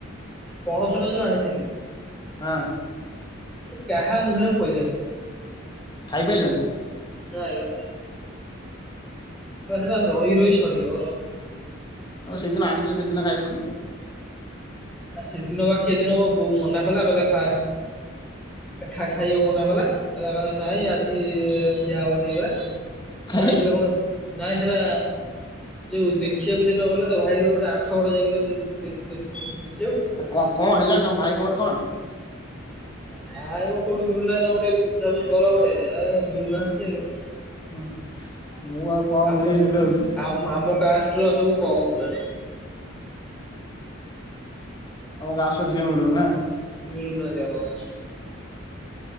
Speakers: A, in the centre; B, on the left.
A: ଯେ ପଣସଟା ଯୋଉ ଆଣିଥିଲେ
B: ହଁ
A: ସେ କାହା ମୁହଁରେ ପଇଲାନି।
B: ଖାଇପାରିଲନି।
A: ନାଇଁବା। ଶଳା ସେଟା ରହି ରହି ସଡିଗଲା।
B: ଆଉ ସେଦିନ ଆଣିଥିଲ ସେଦିନ ଖାଇଦେଲନି।
A: ଆ ସେଦିନ ବା ସେ ଦିନ ହବ ବୋଉ ମନା କଲା କହିଲେ ଖାଆ ଖାଇବାକୁ ମନା କଲା ନାଇଁ ଆଜି ଖିଆ ହବନି ଏଗୁରା। ସେ
B: କାହିଁ
A: ଯାଇଥିଲେ କଣ ନାଇଁ ସେରା ଯୋଉ ଦେଖିବାକୁ ସେଦିନ ଗଲେ ତ ଭାଇର ଗୋଟେ ଆଠଗଡ ଯାଇଗଲେ ଦେ ଦେ ଦେ ଦେ
B: କ କଣ ହେଲା ଭାଇ ଖବର କଣ?
A: ନାଇଁ ମ କୋଉଠି ମିଳୁନାହିଁ ତମ ଟିକେ ବୁଝାବୁଝି କର ଗୋଟେ ଆ ମିଳୁନାହାନ୍ତି ଆଉ
B: ହୁଁ ମୁଁ ଆଉ କଣ
A: ଆମ
B: ବୁଝେଇ ସିଲୁ ଆଉ
A: ଆମ ଆମ କାଷ୍ଟର ସବୁ କମ ପୁରା
B: ତମ କାଷ୍ଟର ଝିଅ ମିଳୁନି ନା?
A: ମିଳୁନାହାନ୍ତି ଆମ କାଷ୍ଟର।